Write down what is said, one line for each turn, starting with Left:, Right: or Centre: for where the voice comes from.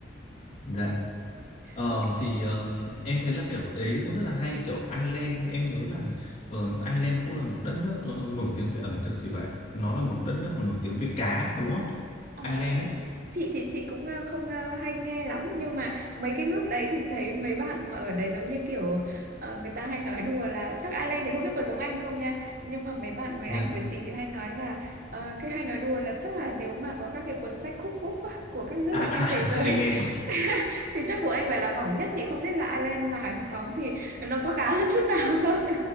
Left: Dạ. Ờ,
Right: có cái
Left: thì ờm, em thấy là kiểu đấy cũng rất là hay kiểu Ireland em nhớ là ờ, Ireland cũng là một đất nước ờ, nổi tiếng về ẩm thực thì vậy nó là một
Right: à,
Left: đất nước mà nổi tiếng về cá đúng không
Right: Ờ,
Left: Ireland ấy
Right: chị thì chị cũng ờ, không ờ, hay nghe lắm nhưng mà mấy cái nước đấy thì thấy mấy bạn mà ở đấy giống như kiểu ờ, người ta hay nói đùa là chắc Ireland thì không biết có giống Anh không nha nhưng mà mấy bạn người
Left: Dạ.
Right: Anh của chị thì hay nói là ờ, cái hay nói đùa là chắc là nếu mà có các cái cuốn sách cookbook á, của các nước
Left: à,
Right: ở trên
Left: à
Right: thế giới
Left: <laughs> em nghe rồi
Right: <laughs> thì chắc của Anh phải là mỏng nhất chị không biết là Ireland là hàng xóm thì nó có khá hơn chút nào không